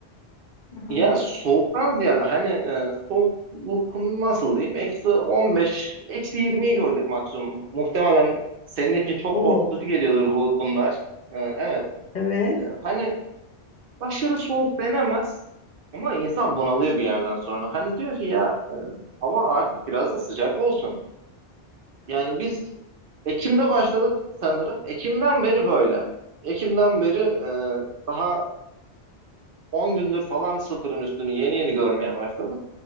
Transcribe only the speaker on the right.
Ya
soğuktan ziyade hani e, soğukluk nasıl diyeyim? Eksi 15, eksi 20'yi gördük maksimum. Muhtemelen senin için çok
korkutucu geliyordur bu bunlar. E, evet.
E, Hani Aşırı soğuk denemez ama insan bunalıyor bir yerden sonra. Hani diyor ki ya e, hava artık biraz da sıcak olsun. Yani biz Ekim'de başladık sanırım. Ekim'den beri böyle. Ekim'den beri e, daha 10 gündür falan sıfırın üstünü yeni yeni görmeye başladık.